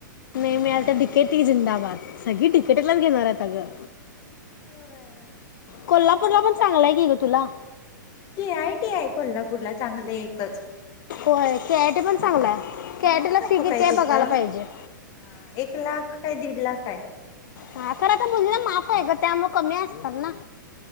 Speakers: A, on the left (about 70°); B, on the left (about 35°).
A: नई मिळालतर डी के टी जिंदाबाद, सगळी डी के टी लाच घेणार हायत अगं
B: होय काय
A: कोल्हापूरला
B: करायचं.
A: पण चांगल आय की गं तुला
B: के आय टी आहे कोल्हापूरला चांगलं एकच
A: होय के आय टी पण चांगल आय, के
B: मिळाल
A: आय टी ला
B: नको
A: फी किती
B: काय
A: आय
B: तिथं.
A: बघायला पाहिजे.
B: हा एक लाख <unintelligible>
A: हा खर आता मुलीला माफ हाय गं त्यामुळ कमी अस <unintelligible> ना